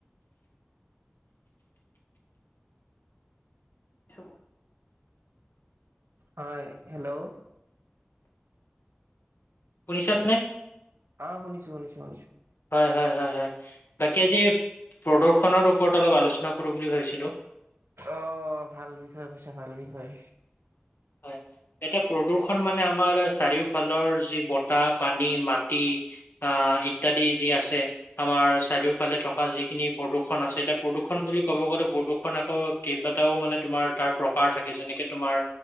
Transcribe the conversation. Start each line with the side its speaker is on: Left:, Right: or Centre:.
Left: কি সময়
Right: হয় হেল্ল'!
Left: শুনিছানে?
Right: অহ শুনিছো শুনিছো শুনিছো।
Left: হয় হয় হয় হয়, বাকী আজি প্ৰদূষনৰ ওপৰত অলপ আলোচনা নকৰো বুলি ভাবিছিলো।
Right: অহ ভাল বিষয়ে কৈছ ভাল বিষয়।
Left: হয়, এটা প্ৰদূষ দুখন আমাৰ চাৰিওফালৰ যি বতাহ, পানী, মাটি বা ইত্যাদি জী ই আছে, আমাৰ চাৰিওফালে থকা যিখিনি প্ৰদূষণ আছে এতিয়া প্ৰদূষণ বুলি ক'ব গলে প্ৰদূষণ অ কেইবাটাও মানে তোমাৰ তাৰ প্ৰকাৰ থাকে, যেনেকে তোমাৰ